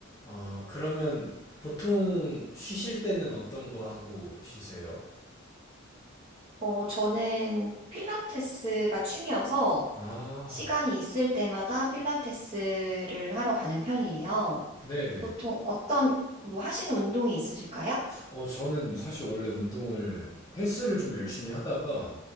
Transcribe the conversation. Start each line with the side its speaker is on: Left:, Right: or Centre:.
Left: 어, 그러면 보통 쉬실 때는 어떤 거 하고 쉬세요?
Right: 어, 저는 필라테스가 취미여서
Left: 아,
Right: 시간이 있을 때마다 필라테스를 하러 가는 편이에요.
Left: 네네.
Right: 보통 어떤, 뭐 하시는 운동이 있으실까요?
Left: 어, 저는 사실 원래 운동을, 헬스를 좀 열심히 하다가